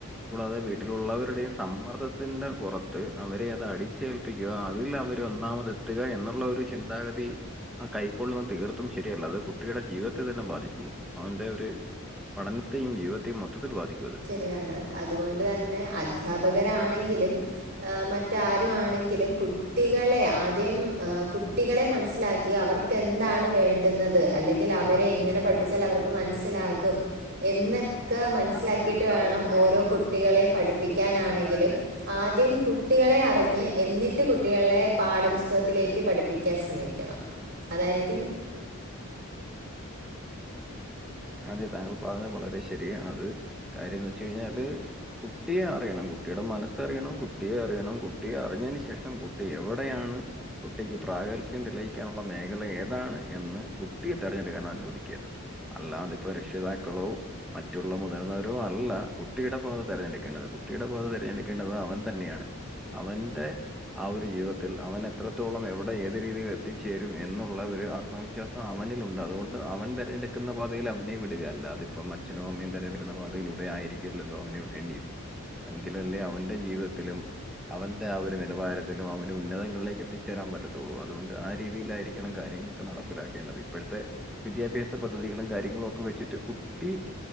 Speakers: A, in the centre; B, on the right (about 45°).
A: കൂടാതെ വീട്ടിലുള്ളവരുടെയും സമ്മർദ്ദത്തിന്റെ പുറത്ത് അവരെ അത് അടിച്ചേൽ പ്പിക്കുക അതിൽ അവര് ഒന്നാമത് എത്തുക എന്നുള്ള ഒരു ചിന്താഗതി ആഹ് കൈക്കൊള്ളുന്ന തീർത്തും ശരിയല്ല അത് കുട്ടിയുടെ ജീവിതത്തെ തന്നെ ബാധിച്ചു പോകും അവന്റെ ഒരു പഠനത്തെയും ജീവിതത്തെയും മൊത്തത്തിൽ ബാധിക്കുവത്
B: നെയാണ് അതുകൊണ്ട് തന്നെ അധ്യാപകരാണെങ്കിലും ആഹ് മറ്റാരു ആണെങ്കിലും കുട്ടികളെ ആദ്യം ആഹ് കുട്ടികളെ മനസ്സിലാക്കി അവർ ക്കെന്താണ് വേണ്ടുന്നത് അല്ലെങ്കിൽ അവരെ എങ്ങനെ പഠിപ്പിച്ചാൽ അവർക്ക് മനസ്സിലാകും എന്നെക്കെ മനസ്സിലാക്കിട്ട്
A: ദാ വരുന്നു,
B: വേണം
A: ദാ വരുന്നേ,
B: ഓരോ കുട്ടികളേം പഠിപ്പിക്കാനാണെങ്കിലും
A: ദാ വരുന്നേ.
B: ആദ്യം കുട്ടികളെ അറിഞ്ഞ് എന്നിട്ട് കുട്ടികളെ പാഠപുസ്തകത്തിലേക്ക്
A: അതെ അതെ അതെ
B: പഠിപ്പിക് ക്കാൻ ശ്രമിക്കണം അതാരിക്കും
A: അതെ താങ്കൾ പറഞ്ഞത് വളരെ ശരിയാണത് കാര്യംന്ന് വെച്ച് കഴിഞ്ഞാല് കുട്ടിയെ അറിയണം കുട്ടിയുടെ മനസ്സ് അറിയണം കുട്ടിയെ അറിയണം കുട്ടിയെ അറിഞ്ഞതിന് ശേഷം കുട്ടി എവിടെയാണ് കുട്ടിക്ക് പ്രാഗത്ഭ്യം തെളിയിക്കാനുള്ള മേഖല ഏതാണ് എന്ന് കുട്ടിയെ തെരഞ്ഞെടുക്കാൻ അനുവദിക്ക്യ. അല്ലാതെ ഇപ്പ രക്ഷിതാക്കളോ മറ്റുള്ള മുതിർന്നവരോ അല്ല കുട്ടിയുടെ പാത തെരഞ്ഞെടുക്കേണ്ടത് കുട്ടിയുടെ പാത തെരഞ്ഞെടുക്കേണ്ടത് അവൻ തന്നെയാണ് അവന്റെ ആ ഒരു ജീവിതത്തിൽ അവൻ എത്രത്തോളം എവിടെ ഏത് രീതിയിൽ എത്തിച്ചേരും എന്നുള്ള ഒരു ആ ത്മവിശ്വാസം അവനിലുണ്ട് അതുകൊണ്ട് അവൻ തെരഞ്ഞെടുക് ക്കുന്ന പാതയിൽ അവനെ വിടുക അല്ലാതെ ഇപ്പം അച്ഛനും അമ്മയും തെരഞ്ഞെടുക്കുന്ന പാതയിലൂടെ ആയിരിക്കില്ലല്ലോ അവനെ വിടേണ്ടിയത് എങ്കിലല്ലേ അവന്റെ ജീവിതത്തിലും അവന്റെ ആ ഒരു നിലവാരത്തിലും അവന് ഉന്നതങ്ങളിലേക്ക് എത്തിച്ചേരാൻ പറ്റത്തൊള്ളൂ അതുകൊണ്ട് ആ രീതിയിലായിരിക്കണം കാര്യങ്ങള് ക്കെ നടപ്പിലാക്കേണ്ടത് ഇപ്പഴത്തെ വിദ്യാഭ്യാസ പദ്ധതികളും കാര്യങ്ങളും ഒക്കെ വെച്ചിട്ട് കുട്ടി